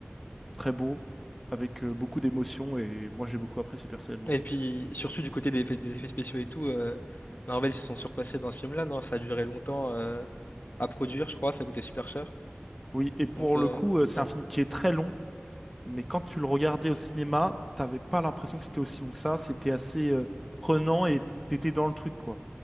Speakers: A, in the centre; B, on the left (about 50°).
A: très beau, avec, euh, beaucoup d'émotions. Et moi, j'ai beaucoup apprécié personnellement.
B: Et puis, surtout du côté des effets, des effets spéciaux et tout, euh, Marvel, ils se sont surpassés dans ce film-là, non? Ça a duré longtemps euh, à produire, je crois, ça coûtait super cher.
A: Oui, et pour
B: Donc, euh,
A: le coup, euh, c'est
B: ouais.
A: un film qui est très long. mais quand tu le regardais au cinéma, t'avais pas l'impression que c'était aussi long que ça. C'était assez euh, prenant et t'étais dans le truc, quoi.